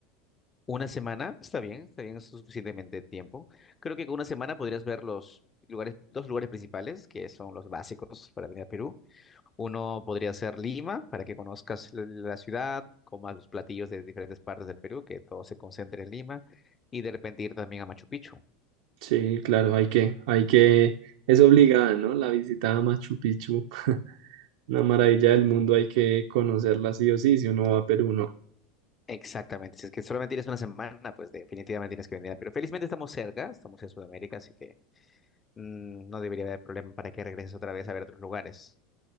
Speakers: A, on the left; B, on the right.
A: ¿Una semana? Está bien, está bien, es suficientemente tiempo. Creo que con una semana podrías ver los lugares, dos lugares principales, que son los básicos para venir a Perú. Uno podría ser Lima, para que conozcas la la ciudad, comas los platillos de diferentes partes del Perú, que todo se concentre en Lima, y de repente ir también a Machu Picchu.
B: Sí, claro, hay que, hay que, es obligada, ¿no? La visita a Machu Picchu, <laughs> una maravilla del mundo, hay que conocerla sí o sí, si uno va a Perú, ¿no?
A: Exactamente, si es que solamente tienes una semana, pues definitivamente tienes que venir. Pero felizmente estamos cerca, estamos en Sudamérica, así que mm, no debería haber problema para que regreses otra vez a ver otros lugares.